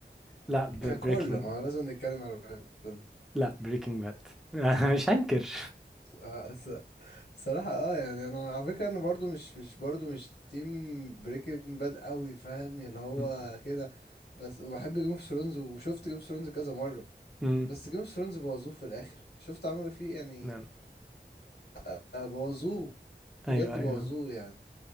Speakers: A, in the centre; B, on the left (about 70°).
A: لا بريكنج
B: ككل ما هو لازم نتكلم على ككل
A: لا بريكنج باد <laughs> مش هنكر
B: آه، صراحة اه يعني انا على فكرة انا برضو مش مش برضو مش تيم بريكنج باد قوي فاهم اللي هو
A: مم.
B: كده بس وبحب جيم اوف ثرونز وشفت جيم اوف ثرونز كذا مرة
A: مم.
B: بس جيم اوف ثرونز بوظوه في الاخر شفت عملوا فيه يعني
A: نعم
B: آه، بوظوه بجد
A: ايوه ايوه
B: بوظوه يعني